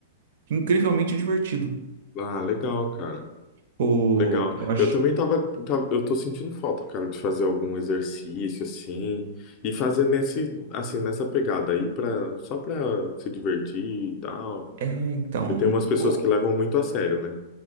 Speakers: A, on the right; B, on the left.
A: incrivelmente divertido.
B: Ah, legal, cara.
A: Pô,
B: Legal.
A: eu acho.
B: Eu também tava, tava- eu tô sentindo falta, cara, de fazer algum exercício assim e fazer nesse, assim, nessa pegada aí para só para se divertir e tal.
A: É, então,
B: Eu tenho umas pessoas
A: o-
B: que levam muito a sério, né?